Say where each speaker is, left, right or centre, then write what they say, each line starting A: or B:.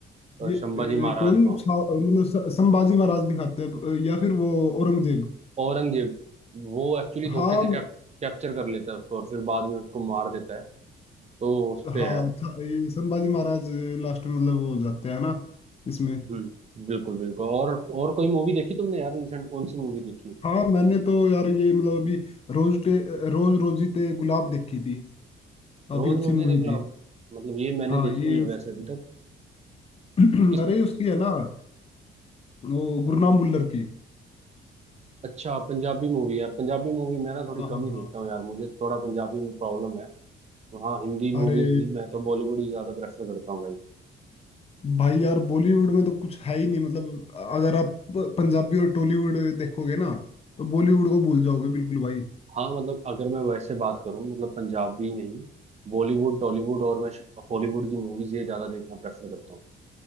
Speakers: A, on the right (about 35°); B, on the left (about 30°).
A: अ,
B: ये
A: शंबा
B: ए,
A: जी महाराज
B: कौन
A: को
B: सा- मतलब स- संभाजी महाराज दिखाते हैं या फिर वो औरंगजेब
A: औरंगजेब वो एक्चुअली धोखे
B: हाँ
A: से कैप, कैप्चर कर लेता है उसको और फिर बाद में उसको मार देता है तो उस
B: हाँ
A: पे है
B: था, ये संभाजी महाराज लास्ट में मतलब वो हो जाते हैं ना इसमें
A: हम्म बिल्कुल बिल्कुल और और कोई मूवी देखी तुमने यार रिसेंट कौन सी मूवी देखी
B: हाँ मैंने तो यार ये मतलब अभी रोज टे, रोज रोजी ते गुलाब देखी थी काफी
A: रोज
B: अच्छी
A: रोज ही
B: मूवी
A: देख
B: थी
A: लो आप। मतलब ये मैंने
B: हाँ
A: देखी
B: ये
A: नहीं है
B: उस,
A: वैसे अभी तक
B: <clears throat>
A: किस
B: अरे उसकी है ना वो गुरनाम भुल्लर की
A: अच्छा पंजाबी मूवी यार पंजाबी मूवी मैं ना थोड़ी
B: हाँ
A: कम
B: हाँ
A: ही
B: हाँ
A: देखता हूँ यार मुझे थोड़ा पंजाबी में प्रॉब्लम है तो हाँ हिंदी मूवीज
B: अरे
A: ही मैं तो बॉलीवुड ही ज्यादा प्रेफर करता हूँ भाई
B: भाई यार बॉलीवुड में तो कुछ है ही नहीं मतलब अगर आप पंजाबी और टॉलीवुड देखोगे ना तो बॉलीवुड को भूल जाओगे बिल्कुल भाई
A: हाँ मतलब अगर मैं वैसे बात करूँ मतलब पंजाबी नहीं बॉलीवुड टॉलीवुड और मैं हॉलीवुड की मूवीज ये ज्यादा देखना प्रेफर करता हूँ